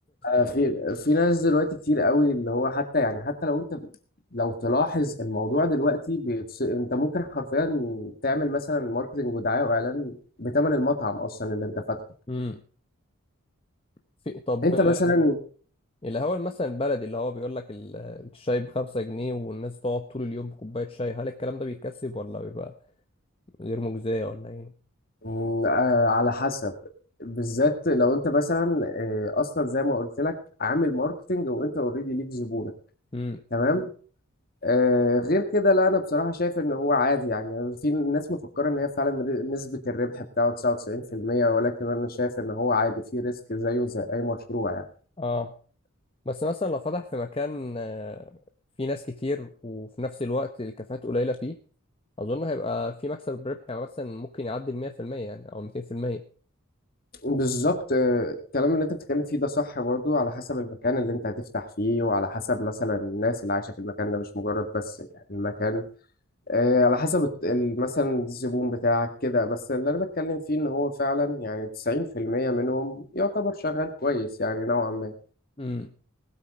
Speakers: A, on the left (about 45°); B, on the left (about 25°).
A: آه،
B: <laughs>
A: في في ناس دلوقتي كتير قوي اللي هو حتى يعني حتى لو انت لو تلاحظ الموضوع دلوقتي بيتص... انت ممكن حرفيا تعمل مثلا ماركتنج ودعايه واعلان بثمن المطعم اصلا اللي انت فاتحه
B: امم في طب
A: انت
B: آه،
A: مثلا
B: الهوا مثلا البلدي اللي هو بيقول لك ال- الشاي بخمسة جنيه والناس تقعد طول اليوم بكوباية شاي هل الكلام ده بيكسب ولا بيبقى غير مجزية ولا ايه؟
A: مم، آه، على حسب بالذات لو انت مثلا آه، اصلا زي ما قلت لك عامل ماركتنج وانت اوريدي ليك زبونه
B: امم
A: تمام آه، غير كده لا انا بصراحه شايف ان هو عادي يعني في ناس مفكره ان هي فعلا ر- نسبه الربح بتاعه 99% ولكن انا شايف ان هو عادي في ريسك زيه زي اي مشروع يعني
B: اه بس مثلا لو فتح في مكان آه، فيه ناس كتير وفي نفس الوقت الكافيهات قليلة فيه أظن هيبقى في مكسب ربحي يعني مثلا ممكن يعدي المية في المية يعني أو ميتين في المية
A: بالظبط آه، الكلام اللي انت بتتكلم فيه ده صح برضو على حسب المكان اللي انت هتفتح فيه وعلى حسب مثلا الناس اللي عايشه في المكان ده مش مجرد بس يعني المكان آه، على حسب الت- ال- مثلا الزبون بتاعك كده بس اللي انا بتكلم فيه ان هو فعلا يعني 90% منهم يعتبر شغال كويس يعني نوعا ما
B: امم